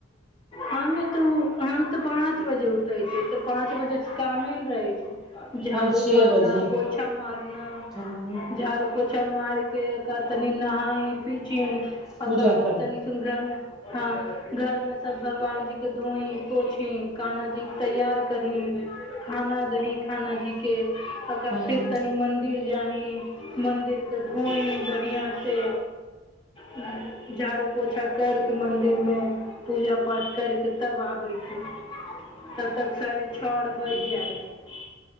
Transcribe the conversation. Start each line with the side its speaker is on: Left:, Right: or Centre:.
Left: हमे तऽ हम तऽ पाँच बजे उठै छी तऽ पाँच बजे कमेन रहै छै झाड़ू
Centre: हम छे
Left: मारना
Centre: बजे
Left: पोछा मारना
Centre: हँ
Left: झाड़ू पोछा मार के ओकरा तनि नहाइ फी
Centre: पूजा
Left: ओकरा
Centre: कर
Left: तनी घर मे हँ घर में सब भगवान जी के धोई पोछीं काना जी तैयार करहीं खाना देही कना जीके ओकरा
Centre: हँ
Left: फेर तनि मन्दिर जाही मन्दिरके धोइ बढ़िआँसँ ह झाड़ू पोछा करिके मन्दिरमे पूजा पाठ करिके तब आबै छै। तब तक साढ़े छओ आर बजी जाय छै।